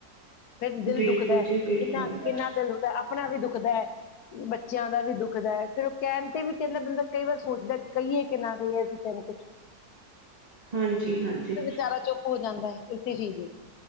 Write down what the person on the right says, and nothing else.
ਬਿਲਕੁਲ
ਜੀ ਬਿਲਕੁਲ
ਹਾਂਜੀ-ਹਾਂਜੀ।